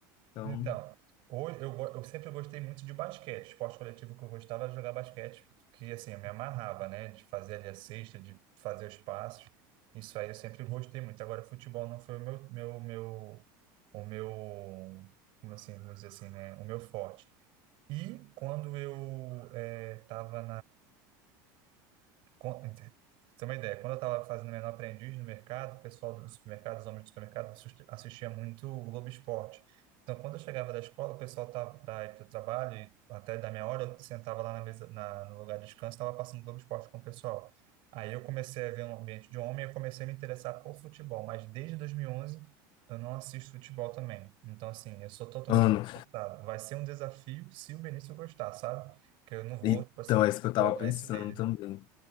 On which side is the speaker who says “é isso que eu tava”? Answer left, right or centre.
Left